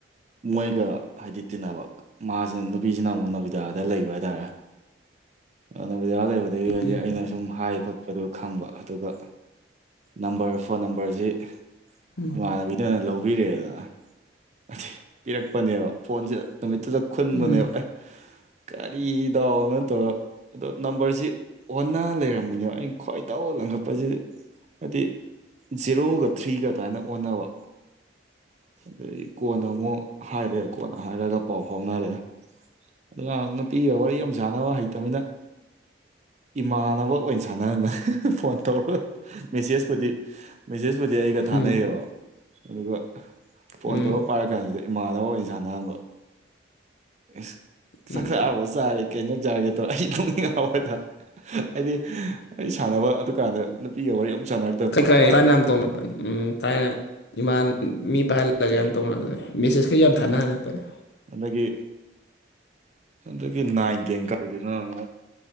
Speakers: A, on the right; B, on the left.
A: ꯃꯣꯏꯒ ꯍꯥꯏꯗꯤ ꯇꯤꯟꯅꯕ ꯃꯥꯖꯤꯅ ꯅꯨꯄꯤꯖꯤꯅ ꯑꯃꯨꯛ ꯅꯣꯕꯣꯗꯤꯌꯥꯗ ꯂꯩꯕ ꯍꯥꯏꯇꯥꯔꯦ ꯅꯣꯕꯣꯗꯤꯌꯥ ꯂꯩꯕꯗꯒꯤ
B: ꯎꯝ
A: ꯍꯥꯏꯗꯤ ꯑꯩꯅ ꯁꯨꯝ ꯍꯥꯏ ꯈꯣꯠ ꯑꯗꯨ ꯈꯪꯕ ꯑꯗꯨꯒ ꯅꯝꯕꯔ ꯐꯣꯟ ꯅꯝꯕꯔꯖꯤ
B: ꯎꯝ
A: ꯏꯃꯥꯟꯅꯕꯤꯗꯨꯅ ꯂꯧꯕꯤꯔꯛꯑꯦꯗꯅ <unintelligible> ꯄꯤꯔꯛꯄꯅꯦꯕ ꯐꯣꯟꯖꯦ ꯅꯨꯃꯤꯠꯇꯨꯗ ꯈꯨꯟꯕꯅꯦꯕ
B: ꯎꯝ ꯎꯝ ꯎꯝ ꯎꯝ ꯎꯝ
A: ꯑꯦ ꯀꯔꯤ ꯗꯥꯎꯅꯣ ꯇꯧꯔ ꯑꯗꯣ ꯅꯝꯕꯔꯁꯤ ꯑꯣꯟꯅ ꯂꯩꯔꯝꯕꯅꯦꯕ ꯑꯩꯩꯅ ꯈ꯭ꯋꯥꯏꯗꯧ ꯂꯪꯈꯠꯄꯁꯤ ꯍꯥꯏꯗꯤ ꯖꯦꯔꯣꯒ ꯊ꯭ꯔꯤꯒ ꯑꯗꯨꯃꯥꯏꯅ ꯑꯣꯟꯅꯕ ꯑꯗꯒꯤ ꯀꯣꯟꯅ ꯑꯃꯨꯛ ꯍꯥꯏꯔꯛꯑꯦ ꯀꯣꯟꯅ ꯍꯥꯏꯔꯒ ꯄꯥꯎ ꯐꯥꯎꯅꯔꯑꯦ ꯑꯗꯨꯅ ꯅꯨꯄꯤꯒ ꯋꯥꯔꯤ ꯌꯥꯝ ꯁꯥꯟꯅꯕ ꯍꯩꯇꯃꯤꯅ ꯏꯃꯥꯟꯅꯕ ꯑꯣꯏꯅ ꯁꯥꯟꯅꯔꯝꯃꯦ ꯐꯣꯟ ꯇꯧꯔꯒ ꯃꯦꯁꯦꯖꯄꯨꯗꯤ ꯃꯦꯁꯦꯖꯄꯨꯗꯤ ꯑꯩꯒ ꯊꯥꯅꯩꯌꯦꯕ
B: ꯎꯝ ꯎꯝ
A: ꯑꯗꯨꯒ ꯐꯣꯟ
B: ꯎꯝ
A: ꯇꯧꯔ ꯄꯥꯔ ꯀꯥꯟꯁꯤꯗ ꯏꯃꯥꯟꯅꯕ ꯑꯣꯏꯅ ꯁꯥꯟꯅꯍꯟꯕ ꯑꯦ ꯆꯥꯛꯈꯥꯑꯕ
B: ꯎꯝ
A: ꯆꯥꯔꯦ ꯀꯩꯗ ꯆꯥꯒꯦꯗ꯭ꯔꯣ ꯑꯩ ꯅꯣꯡꯅꯤꯡ ꯉꯥꯕ ꯍꯥꯢꯇꯔꯦ ꯍꯥꯢꯗꯤ ꯑꯩ ꯁꯥꯟꯅꯕ ꯑꯗꯨꯀꯥꯟꯗ ꯅꯨꯄꯤꯒ ꯋꯥꯔꯤ ꯑꯝ ꯁꯥꯟꯅ
B: ꯀꯩꯀꯥ ꯊꯥꯏꯅ ꯇꯧꯅ ꯎꯝ ꯊꯥꯏꯅ ꯏꯃꯥꯟ ꯃꯤ ꯄꯥꯏꯍꯜꯂꯒ
A: ꯀꯔꯤ
B: ꯇꯧꯅꯕ ꯃꯦꯁꯦꯖꯀ ꯌꯥꯝ ꯊꯥꯅꯔꯛꯄꯅꯦ
A: ꯑꯗꯒꯤ ꯑꯗꯒꯤ ꯅꯥꯏꯟ ꯇꯦꯟ ꯀꯥꯏꯗꯨꯅ ꯑꯃꯨꯛ